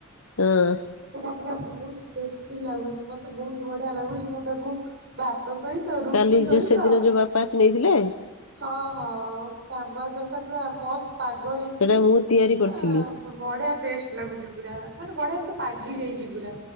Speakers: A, on the left (about 80°); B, on the right (about 55°).
A: ହଁ।
B: ସେଟା ପୁରା ବହୁତ ଟେଷ୍ଟିଲାଗୁଛି ମତେ ବହୁତ ବଢିଆ ଲାଗୁଛି ମୁଁ ତାକୁ ଭାତ ସହିତ ରୁଟି
A: କାଲି
B: ସହିତ
A: ଯୋଉ ସେଦିନ ଯୋଉ ବାପା ଆସି ନେଇଥିଲେ
B: ହଁ ହଁ ସେ ଆମ୍ୱ ଆଚାର ଟା ପୁରା ମସ୍ତ ପାଗ ହେଇଛି
A: ସେଇଟା ମୁଁ ତିଆରି କରିଥିଲି
B: ଆ ବଢିଆ ଟେଷ୍ଟ ଲାଗୁଛି ପୁରା ମାନେ ବଢିଆ ସେ ପାଗି ଯାଇଛି ପୁରା।